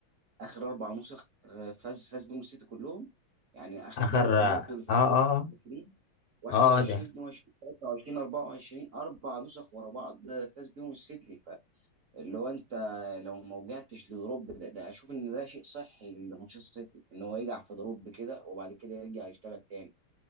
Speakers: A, on the right; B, on the left.
A: اخر اربع نسخ آه، فاز فاز بيهم السيتي كلهم يعني اخر
B: اخر
A: دوري كان
B: اه
A: واخده ليفربول
B: اه
A: 22
B: اه
A: 21
B: اه آه، ده
A: 22 23 24 اربع نسخ ورا بعض آه، فاز بيهم السيتي فاللي هو انت لو ما وجعتش لدروب ده, ده اشوف ان ده شيء صحي لمانشستر سيتي ان هو يقع في دروب كده وبعد كده يرجع يشتغل تاني